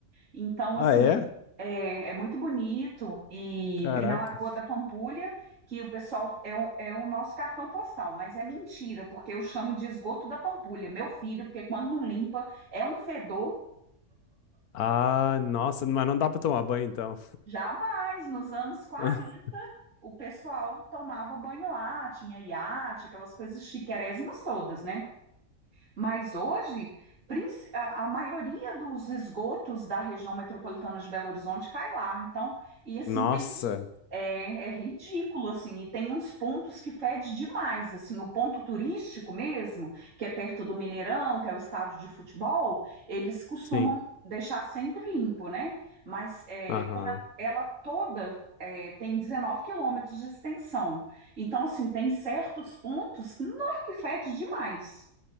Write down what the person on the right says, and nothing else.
Então,
assim,
é, é muito bonito e
tem a Lagoa da Pampulha, que o pessoal é o, é o nosso cartão postal, mas é mentira, porque eu chamo de esgoto da Pampulha, meu filho, porque quando não limpa é um fedor.
Jamais, nos anos 40,
o pessoal tomava banho lá, tinha iate, aquelas coisas chiquérrimas todas, né? Mas hoje, princi- a, a maioria dos esgotos da região metropolitana de Belo Horizonte cai lá. Então, e assim,
tem uns- é, é ridículo, assim, e tem uns pontos que fede demais, assim, o ponto turístico mesmo, que é perto do Mineirão, que é o estádio de futebol, eles costumam
deixar sempre limpo, né? Mas é,
como ela, ela toda é, tem 19 quilômetros de extensão, então, assim, tem certos pontos que, nó, que fede demais.